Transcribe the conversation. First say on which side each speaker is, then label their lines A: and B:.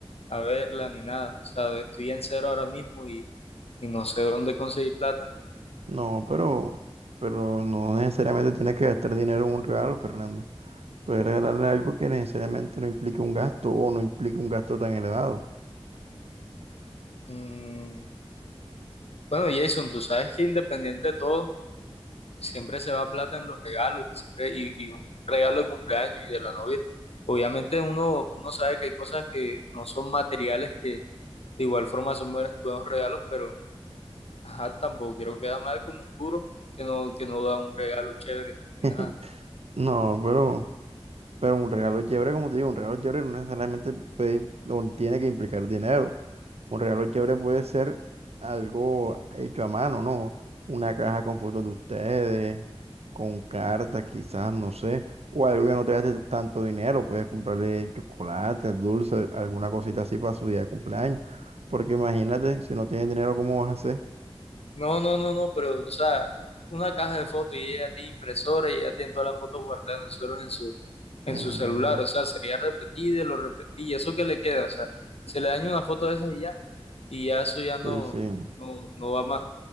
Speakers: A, on the left; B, on the right.
A: a verla, ni nada. O sea, estoy en cero ahora mismo y, y no sé dónde conseguir plata.
B: No, pero, pero no necesariamente tienes que gastar dinero en un regalo, Fernando. Puedes regalarle algo que necesariamente no implique un gasto o no implique un gasto tan elevado.
A: Mm, Bueno, Jason, tú sabes que independiente de todo, siempre se va plata en los regalos y, siempre, y, y un regalo de cumpleaños y de la novia. Obviamente uno, uno sabe que hay cosas que no son materiales que de igual forma son buen- buenos regalos, pero ajá, tampoco quiero quedar mal como un duro que no, que no da un regalo chévere ni
B: <laughs>
A: nada.
B: No, pero, pero un regalo chévere, como te digo, un regalo chévere no necesariamente puede, o tiene que implicar dinero. Un regalo chévere puede ser algo hecho a mano, ¿no? Una caja con fotos de ustedes, con cartas quizás, no sé, o algo que no te gaste tanto dinero, puedes comprarle chocolate, dulce, alguna cosita así para su día de cumpleaños. Porque imagínate, si no tienes dinero, ¿cómo vas a hacer?
A: No, no, no, no, pero, o sea, una caja de fotos y ella tiene impresora y ella tiene todas las fotos guardadas de nosotros en su, en
B: Mm,
A: su celular, o sea, sería repetir, de lo repetir, y eso que le queda, o sea, se le daña una foto de esas y ya, y ya eso ya no,
B: sí, sí.
A: no, no va más.